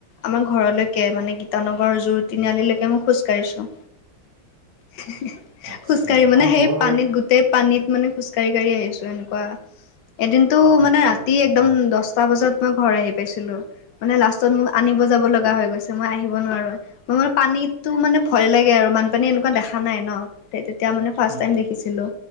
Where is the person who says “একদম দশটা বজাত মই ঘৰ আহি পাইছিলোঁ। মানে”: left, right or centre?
Left